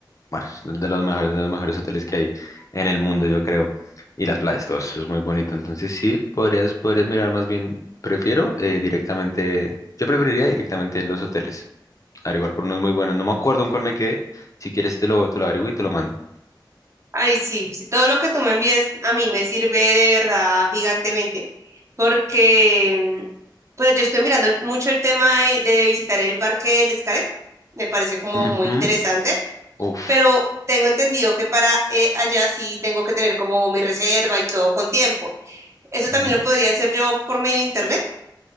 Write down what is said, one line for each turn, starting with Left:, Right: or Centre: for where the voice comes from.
Left: bueno, son de los mejores, de los mejores hoteles que hay en el mundo, yo creo. Y las playas, todo eso es muy bonito. Entonces sí, podrías, podrías mirar más bien, prefiero eh, directamente, yo preferiría directamente los hoteles averiguar por unos muy buenos. No me acuerdo en cuál me quedé. Si quieres te lo, te lo averiguo y te lo mando.
Right: Ay, sí, si todo lo que tú me envíes a mí me sirve de verdad gigantemente, porque mm, pues yo estoy mirando el- mucho el tema de, de visitar el parque del Xcaret, me parece como
Left: Ujú,
Right: muy interesante,
Left: Uf.
Right: pero tengo entendido que para eh, allá sí tengo que tener como mi reserva y todo con tiempo. Eso también
Left: Ujú.
Right: lo podría hacer yo por medio de internet.